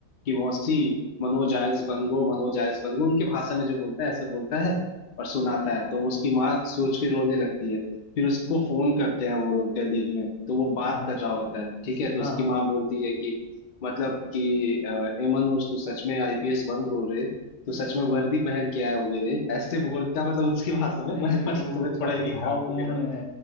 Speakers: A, on the left (about 80°); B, on the left (about 60°).
A: कि मौसी मनोज आईएएस बन गो मनोज आईएएस बन गो उनके भाषा में जो बोलता है ऐसे बोलता है और सुनाता है तो उसकी माँ सोच के रोने लगती है फिर उसको फोन करते हैं वो लोग दिल्ली में तो वो बात
B: हाँ हाँ
A: कर रहा होता है ठीक है तो
B: हाँ
A: उसकी
B: हाँ
A: माँ बोलती है कि मतलब कि अ, ए मनोज तू सच में आईपीएस बन गो रे तू सच में वर्दी पहन के आए होगे रे ऐसे बोलता मतलब उसकी भाषा
B: अरे
A: में <laughs> मैं
B: ये
A: मतलब
B: तो
A: तुम्हें
B: काफी
A: थोड़ा एक एग्जाम्पल
B: भावपूर्ण
A: के लिए
B: है